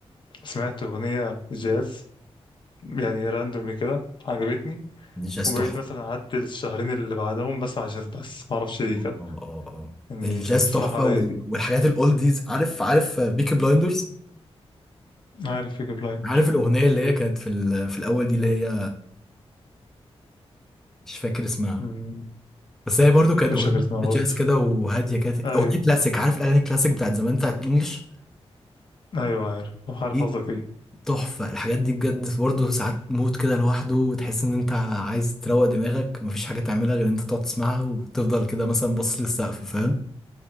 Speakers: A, on the left (about 50°); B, in the centre.
A: سمعت اغنيه جاز يعني راندوم كده عجبتني
B: الجاز
A: وبقيت
B: تحفة
A: مثلا قعدت الشهرين اللي بعدهم بسمع جاز بس ما اعرفش ليه
B: اه
A: كده
B: اه اه
A: يعني
B: الجاز
A: صراحة
B: تحفة
A: رايق
B: وال- والحاجات الاولديز عارف عارف بيكي بلايندرز
A: عارف يجيب لاين
B: عارف الأغنية اللي هي كانت في ال- في الأول دي اللي هي مش فاكر اسمها
A: مم،
B: بس هي برضو كانت
A: مش
B: أغنية
A: فاكر
B: فيها
A: اسمها برضه
B: جاز كده وهادية كانت
A: أيوه
B: أغنية كلاسيك عارف الأغاني الكلاسيك بتاعت زمان بتاعت الإنجليش
A: أيوه عارف عارف
B: دي
A: قصدك إيه
B: تحفة الحاجات دي بجد برضو ساعات مود كده لوحده وتحس إن أنت عايز تروق دماغك مفيش حاجة تعملها غير إن أنت تقعد تسمعها وتفضل كده مثلا باصص للسقف فاهم؟